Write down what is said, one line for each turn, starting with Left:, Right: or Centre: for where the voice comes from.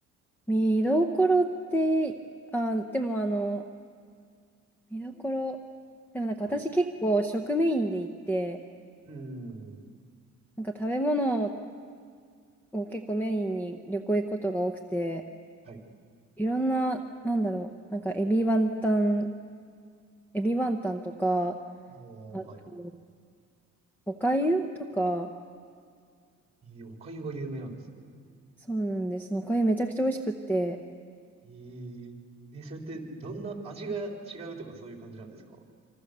Centre: 見どころって、あ、でもあの、見どころ、でもなんか私結構食メインで行って、
Right: はい。うーん。
Centre: なんか食べ物を結構メインに旅行行くことが多くて、
Right: はい。
Centre: いろんな、なんだろう、なんかエビワンタン、エビワンタンとか、
Right: ああ、
Centre: あと、
Right: はい。
Centre: お粥とか、
Right: えー、お粥が有名なんですね。
Centre: そうなんです。お粥めちゃくちゃ美味しくって、
Right: えー、え、それってどんな味が違うとかそういう感じなんですか